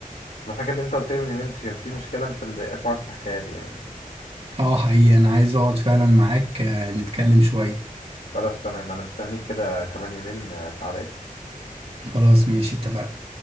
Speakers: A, on the left (about 70°); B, on the right (about 40°).
A: انا فاكر اللي انت قلت لي من يومين كان في مشكله انت مضايقاك وعايز تحكيها لي يعني
B: اه حقيقي انا عايز اقعد فعلا معاك آه، نتكلم شوية
A: خلاص تمام انا مستنيك كده كمان يومين آه، تعالى لي
B: خلاص ماشي اتفقنا